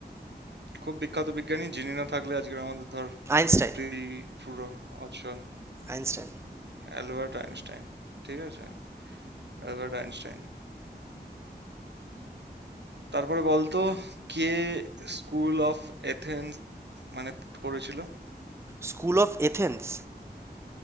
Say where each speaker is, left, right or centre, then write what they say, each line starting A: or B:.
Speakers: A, on the right; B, on the right.
A: খুব বিখ্যাত বিজ্ঞানী যিনি না থাকলে আজকে আমাদের ধর
B: Einstein
A: পৃথিবী পুরো অচল
B: Einstein
A: Albert Einstein ঠিক আছে Albert Einstein তারপরে বলতো কে স্কুল অফ এথেন্স মানে করেছিল
B: School of Athens